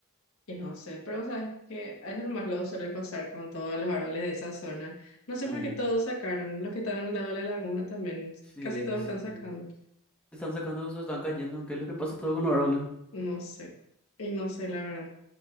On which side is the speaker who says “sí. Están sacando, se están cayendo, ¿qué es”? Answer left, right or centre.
Centre